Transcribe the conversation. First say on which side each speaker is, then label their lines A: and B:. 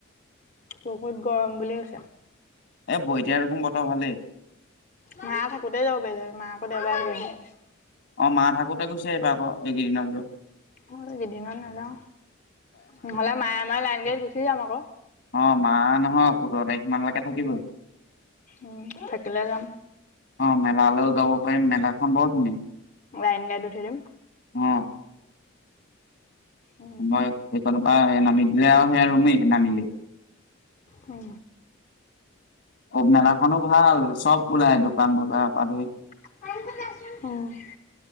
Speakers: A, on the left; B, on the left.
A: বহুত গৰম বুলি কৈছে।
B: এ বইতিয়াৰ দেখোন বতৰ ভালেই।
A: মা থাকোতে যাব পাৰিলোঁহেঁতেন মা আকৌ দেওবাৰে আহিবহে।
B: অ মা থাকোতে গুছি আহিবা আক এইকেইদিনৰ ভিতৰত।
A: অ কেইদিনমান নাযাও নহলে মায়ে মই লাইন গাড়ীত গুচি যাম আক।
B: অ মা নহয় সোতৰ তাৰিখ মানলৈকে থাকিব।
A: উম থাকিলে যাম।
B: অ মেলালেও যাব পাৰিম মেলাখন বৰ ধুনী-
A: লাইন গাড়ীত উঠি দিম।
B: অ।
A: উম
B: মই সেইকনৰ পৰা নামি দিলে আৰু সেয়া ৰুমেই নামিলি।
A: অ।
B: অব মেলাখনো ভাল চব ওলাই দোকান বজাৰ পৰা ধৰি।
A: <unintelligible> অ